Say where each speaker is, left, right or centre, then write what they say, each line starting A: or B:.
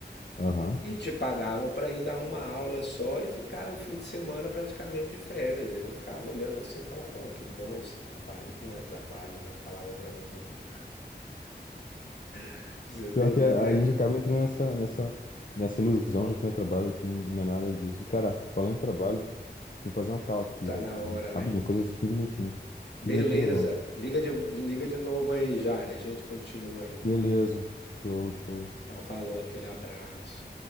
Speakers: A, on the left; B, on the left.
A: Aham.
B: e te pagavam para ir dar uma aula só e ficar o fim de semana praticamente de férias. Eu ficava olhando assim, eu falava, ó, que bom esse trabalho, que não é trabalho, né? Falava para mim mesmo. <laughs> Você tá
A: Pior
B: entendendo?
A: que a, a gente acaba entrando nessa, nessa, nessa ilusão de que não é trabalho, que não não é nada disso. Cara, falando em trabalho, tem que fazer uma call aqui,
B: Tá
A: velho.
B: na hora,
A: Rapidinho,
B: né?
A: coisa de 15 minutinhos.
B: Beleza.
A: quinze minutinhos eu volto.
B: Liga de, liga de novo aí, Jair. A gente continua aí.
A: Beleza. Show, show.
B: Então, falou, aquele abraço.